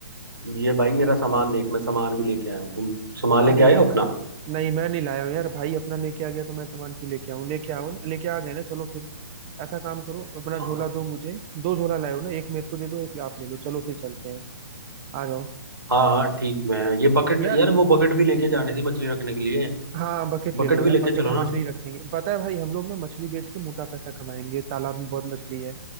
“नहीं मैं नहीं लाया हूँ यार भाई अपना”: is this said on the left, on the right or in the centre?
Right